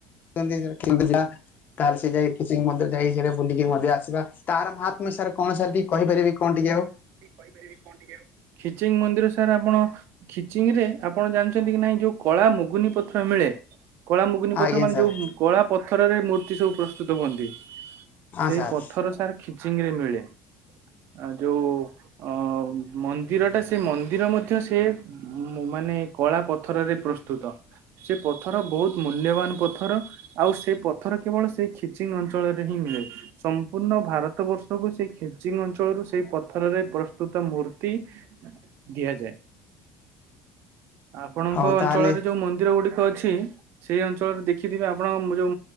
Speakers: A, on the left; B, on the right.
A: <unintelligible> ତାହେଲେ ସେ ଯାଇ ଖିଚିଂ ମନ୍ଦିର ଯାଇ ସେ ବୁଲିକି ମଧ୍ୟ ଆସିବ। ତାର ମହାତ୍ମ ସାର୍ କଣ ସାର୍ ଟିକେ କହିପାରିବେ? କଣ ଟିକିଏ ଆଉ।
B: କହିପାରିବେ କଣ ଟିକିଏ? ଖିଚିଙ୍ଗ୍ ମନ୍ଦିର ସାର୍ ଆପଣ ଖିଚିଙ୍ଗି ରେ ଆପଣ ଜାଣିଚନ୍ତି କି ନାଇଁ ଯୋଉ କଳା ମୁଗୁନି ପଥର ମିଳେ। କଳା ମୁଗୁନି ପଥର
A: ଆଜ୍ଞା
B: ମାନେ
A: ସାର୍
B: ଯୋଉ କଳା ପଥରରେ ମୂର୍ତ୍ତି ସବୁ ପ୍ରସ୍ତୁତ ହୁଅନ୍ତି।
A: ହଁ
B: ସେଇ
A: ସାର୍
B: ପଥର ସାର ଖି ଖିଚିଙ୍ଗିରେ ମିଳେ ଆ ଯୋଉ ମ ମନ୍ଦିରଟା ସେ ମନ୍ଦିର ମଧ୍ୟ ସେ ମ ମାନେ କଳା ପଥରରେ ପ୍ରସ୍ତୁତ। ସେ ପଥର ବହୁତ୍ ମୂଲ୍ୟବାନ ପଥର। ଆଉ ସେ ପଥର କେବଳ ସେଇ ଖିଚିଙ୍ଗ୍ ଅଞ୍ଚଳରେ ହିଁ ମିଳେ। ସମ୍ପୂର୍ଣ୍ଣ ଭାରତ ବର୍ଷକୁ ସେଇ ଖିଜିଙ୍ଗ ଅଞ୍ଚଳରୁ ସେଇ ପଥରରେ ପ୍ରସ୍ତୁତ ମୂର୍ତ୍ତି ଦିଆଯାଏ। ଆପଣଙ୍କ
A: ହଉ ତାହେଲେ
B: ଅଞ୍ଚଳରେ ଯୋଉ ମନ୍ଦିର ଗୁଡି କ ଅଛି। ସେଇ ଅଞ୍ଚଳରେ ଦେଖିଥିବେ ଆପଣଙ୍କ ମ ଯୋଉ